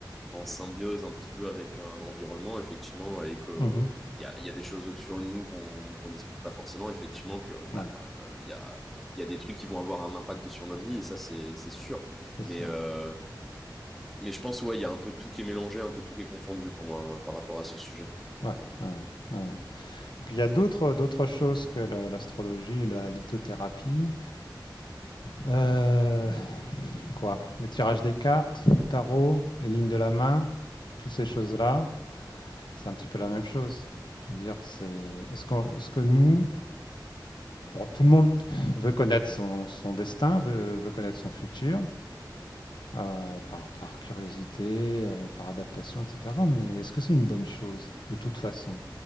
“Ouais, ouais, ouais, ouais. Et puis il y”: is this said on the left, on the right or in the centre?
Left